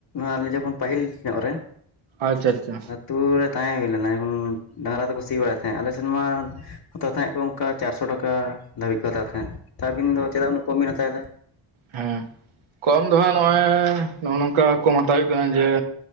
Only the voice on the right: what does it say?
ᱟᱪᱪᱷᱟ ᱟᱪᱪᱷᱟ
ᱦᱩᱸ ᱠᱚᱢ ᱫᱚ ᱦᱟᱸᱜ ᱱᱚᱜᱼᱚᱭ ᱱᱚᱜ ᱱᱚᱝᱠᱟ ᱠᱚ ᱦᱟᱛᱟᱣ ᱦᱩᱭᱩᱜ ᱠᱟᱱᱟ ᱡᱮ